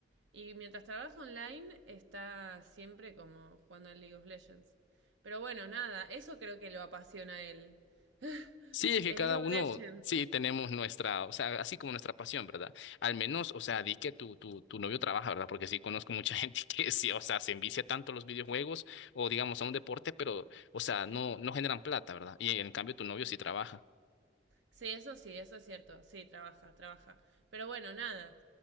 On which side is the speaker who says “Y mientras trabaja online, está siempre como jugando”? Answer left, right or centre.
Right